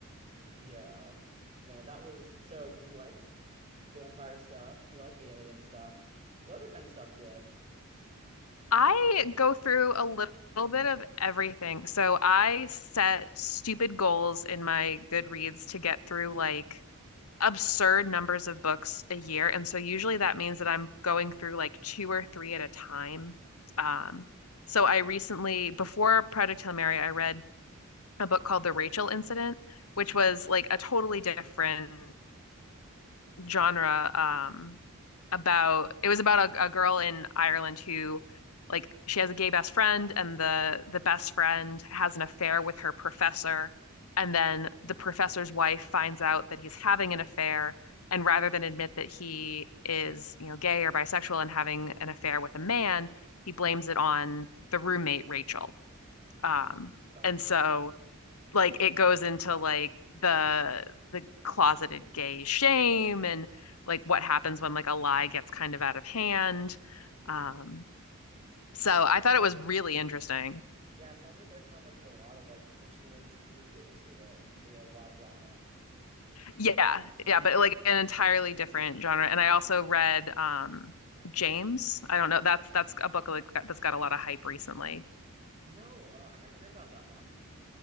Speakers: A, on the right (about 30°); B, on the left (about 80°).
A: Yeah. No, that was so you like vampire stuff, you like alien stuff. What other kind of stuff do you like?
B: I go through a little bit of everything. So I set stupid goals in my Goodreads to get through like absurd numbers of books a year. And so usually that means that I'm going through like two or three at a time. Um, so I recently, before Project Hail Mary, I read a book called The Rachel Incident, which was like a totally different genre. Um, about it was about a, a girl in Ireland who like she has a gay best friend and the the best friend has an affair with her professor and then the professor's wife finds out that he's having an affair and rather than admit that he is you know gay or bisexual and having an affair with a man he blames it on the roommate Rachel um
A: Oh,
B: and so like it goes into like the the closeted gay shame and like what happens when like a lie gets kind of out of hand. Um, so
A: I like
B: I thought
A: that.
B: it was really interesting.
A: Yeah, sounds like it would have like a lot of like personal intrigue into it and be like a lot of drama.
B: Yeah, yeah, but like an entirely different genre. And I also read um James. I don't know. That's that's a book like that's got a lot of hype recently.
A: No, uh, I haven't heard about that one.